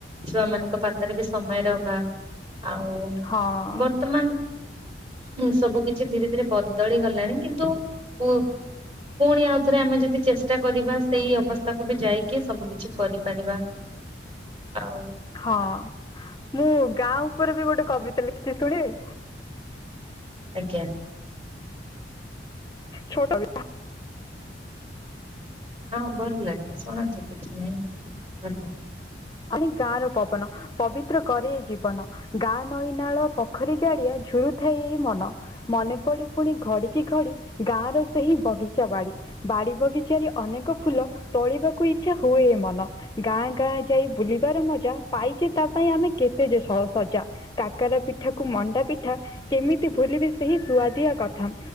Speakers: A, on the right; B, on the left.
A: ଛୁଆ ମାନଙ୍କ ପାଖରେ ବି ସମୟର ଅଭାବ। ଆଉ
B: ହଁ
A: ବର୍ତ୍ତମାନ ସବୁ କିଛି ଧୀରେ ଧୀରେ ବଦଳି ଗଲାଣି। କିନ୍ତୁ ପୁ ପୁଣି ଆଉଥରେ ଆମେ ଯଦି ଚେଷ୍ଟା କରିବା। ସେଇ ଅବସ୍ଥାକୁ ବି ଯାଇକି ସବୁ କିଛି କରିପାରିବା। ଆଉ
B: ହଁ ମୁଁ ଗାଁ ଉପରେ ବି ଗୋଟେ କବିତା ଲେଖିଚି ଶୁଣିବେ?
A: ଆଜ୍ଞା।
B: ଛୋଟ <inaudible>
A: ହଁ ଭଲ ଲାଗିଲା, ଶୁଣାନ୍ତୁ କିଛି ନାହିଁ ଭଲ।
B: ଆଡେ ଗାଁ ର ପବନ। ପବିତ୍ର କରେ ଜୀବନ, ଗାଁ ନଈନାଳ ପୋଖରୀ ଗାଡିଆ ଝୁରୁଥାଏ ଏ ମନ। ମନେ ପଡେ ପୁଣି ଘଡିକି ଘଡି ଗାଁ ର ସେହି ବଗିଚା ବାଡି। ବାଡ଼ି ବଗିଚାରେ ଅନେକ ଫୁଲ, ତୋଳିବାକୁ ଇଚ୍ଛା ହୁଏ ଏ ମନ। ଗାଁ ଗାଁ ଯାଇ ବୁଲିବାର ମଜା ପାଇଚେ ତା ପାଇଁ ଆମେ କେତେ ଯେ ସ- ସଜା। କାକାର ପିଠାକୁ ମଣ୍ଡା ପିଠା କେମିତି ଭୁଲିବେ ସେହି ସୁଆଦିଆ କଥା।